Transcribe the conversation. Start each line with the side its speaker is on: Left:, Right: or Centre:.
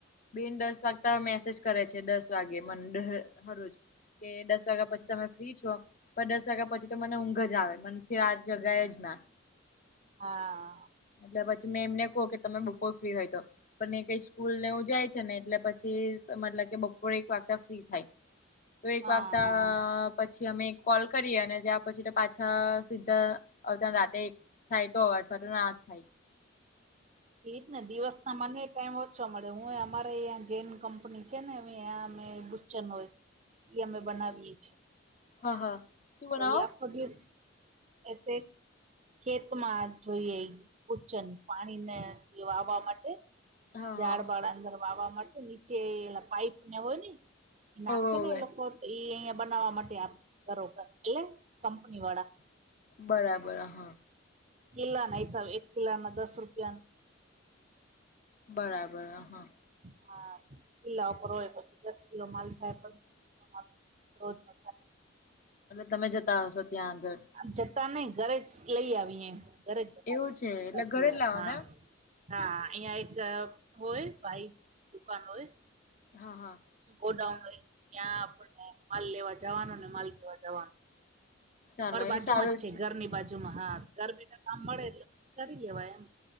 Left: બેન દસ વાગતા મેસેજ કરે છે દસ વાગે મને હરોજ. કે દસ વાગ્યા પછી તમે ફ્રી છો પણ દસ વાગ્યા પછી તો મને ઊંઘ જ આવે મને આ જગાએ જ ના
Right: હા.
Left: એટલે પછી મેં એમને કોઉ કે તમે બપોર ફ્રી હોય તો. પણ એ કઈ સ્કૂલ નેવું જાય છે ને એટલે પછી મતલબ કે બપોરે એક વાગતા ફ્રી થાય તો એક
Right: હા
Left: વાગતા
Right: હા
Left: પછી અમે એક કોલ કરીએ અને ત્યાં પછી પાછા સીધા <unintelligible> રાતે થાય તો અઠવાડિયું ના થાય.
Right: એ જ ને દિવસ ના મને ટાઈમ ઓછો મળે હું અમારે અયા જેન કંપની છે ને અમે <unintelligible> હોય ઈ અમે બનાવીએ છીએ.
Left: હા હા. શું બનાવો?
Right: તો એ આખો દીવસ એ તે ખેતમાં જોઈએ ઉચન પાણીને એ વાવા માટે.
Left: હા
Right: ઝાડ
Left: હા
Right: બાળ અંદર વાવા માટે નીચે એલા પાઈપ ને હોય ને. એ નાખે
Left: ઓવે ઓવે.
Right: ને એ લોકો ઈ અહિયાં બનાવવા માટે <unintelligible> એટલે કંપની વાડા.
Left: બરાબર, હા.
Right: કિલ્લાના હિસાબ એક કિલ્લાના દસ રૂપિયાન.
Left: બરાબર, હા.
Right: હા, કિલ્લા ઉપર હોય પછી દસ કિલો માલ થાય માલ રોજનો.
Left: અને તમે જતા હશો ત્યાં આગળ.
Right: જતા નઈ ઘરે જ લઈ આવીએ ઘરે જ બતાવી
Left: એવું છે એટલે
Right: સાસુઓ
Left: ઘરે જ લાવવાનું
Right: હા
Left: એમ.
Right: હા અહિયાં એક હોય ભાઈ દુકાન હોય
Left: હા હા.
Right: ગોડાઉન હોય ત્યાં આપને માલ લેવા જવાનો ને માલ દેવા જવાનો.
Left: ચાલો
Right: અમારી બાજુમાં
Left: એ સારું
Right: જ છે ઘરની બાજુ માં હા ઘર બેઠા કામ મળે એટલે પછી કરી લેવાય એમ.